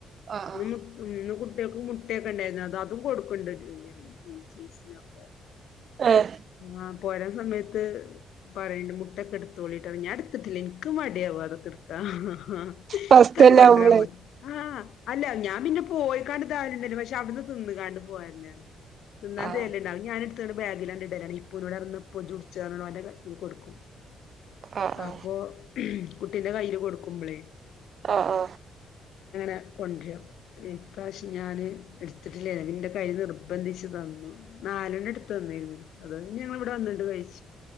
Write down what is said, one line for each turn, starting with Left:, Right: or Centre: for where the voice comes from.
Right: ആഹ്
Left: <unintelligible> കുട്ട്യാക്ക് മുട്ടൊക്കെ ഇണ്ടേര്ന്ന് അത് അതും കൊടുക്കൊണ്ട് <unintelligible>
Right: ഏഹ്
Left: ആ ഓരോ സമയത്ത് പറയ്ണ്ട് മുട്ടക്കെ ഇടുത്ത് ത്തോളിട്ടോ ഞാനെടുത്തിട്ടില്ല ഇന്ക്ക് മടി ട്യവ അതൊക്കെ ഇട്ക്കാൻ ഹ് ഹ്
Right: ഫസ്റ്റ്ന്നെ
Left: ഇന്ക്ക അത് കൊണ്ടരാൻ
Right: ആവുമ്പളേ
Left: മടിയാ ആ അല്ല ഞാൻ പിന്നെ പോയിക്കാണ്ട് കാര്യല്ലല്ലോ പക്ഷെ അവിടുന്ന് തിന്ന്ക്കാണ്ട് പോരലാ തിന്നാന്തെര്ണ്ടാവും
Right: ആഹ്
Left: ഞാന് ത്ത് ബാഗിലാണ്ട് ഇടലാണ് ഇപ്പോ <unintelligible> ഓന്റെ കയ്യി കൊടുക്കും
Right: ആഹ്
Left: അപ്പൊ കുട്ടീന്റ കൈയ്യിൽ കൊടുക്കുമ്പളേ
Right: അ ആ
Left: ങ്ങ കൊണ്ട്ര ഇപ്രാശ്യം ഞാന് എട്ത്തിട്ടില്ല ന്റെ കൈ നിർബന്ധിച്ച് തന്നു, നാലണ്ണ എട്ത്ത് തന്നേര്ന്നു, അത് പിന്ന ഞങ്ങള് ഇവിടെ വന്നിട്ട് കഴിച്ചു.